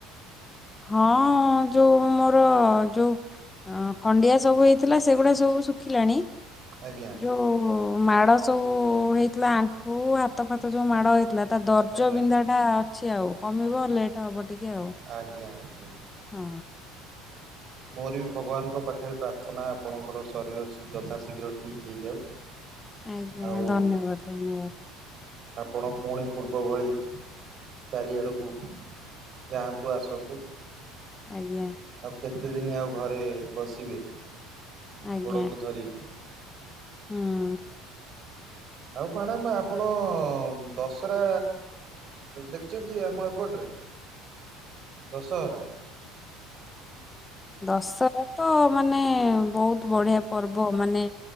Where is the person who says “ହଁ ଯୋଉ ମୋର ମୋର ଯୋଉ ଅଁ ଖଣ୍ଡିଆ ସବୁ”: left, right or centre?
Left